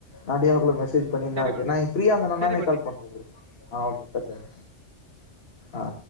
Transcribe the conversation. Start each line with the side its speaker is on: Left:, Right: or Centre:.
Left: நா <unintelligible> மெசேஜ் பண்ணின்தா
Right: சரி
Left: இருக்க
Right: ப்ரோ
Left: நா
Right: சரி
Left: ஃப்ரீயா இருந்தனா
Right: சரி
Left: நானே
Right: பண்ணி
Left: கால் பண்ற ப்ரோ ஆ ஓகே ப்ரோ அ